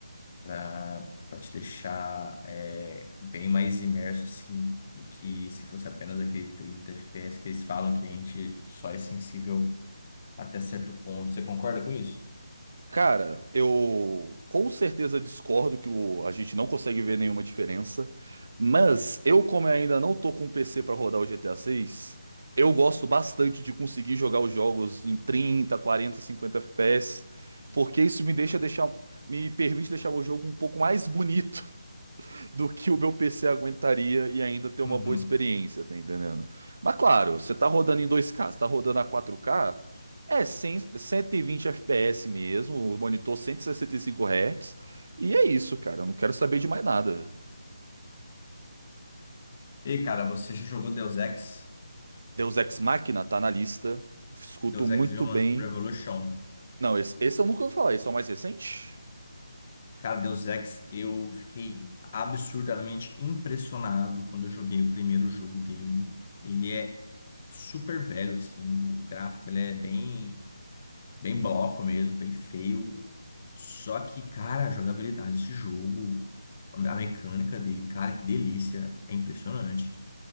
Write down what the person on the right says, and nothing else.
Cara, eu com certeza discordo que o- a gente não consegue ver nenhuma diferença, mas eu, como ainda não tô com um PC pra rodar o GTA 6, eu gosto bastante de conseguir jogar os jogos em 30, 40, 50 FPS, porque isso me deixa deixar, me permite deixar o jogo um pouco mais bonito do que o meu PC aguentaria e ainda ter uma
boa experiência, tá entendendo? Mas claro, você tá rodando em 2K, você tá rodando a 4K, é 100, 120 FPS mesmo, o monitor 165 Hz, e é isso, cara, eu não quero saber de mais nada.
Deus Ex Machina tá na lista, escuto
muito
bem.
Não, esse, esse eu nunca ouvi falar, esse é o mais recente?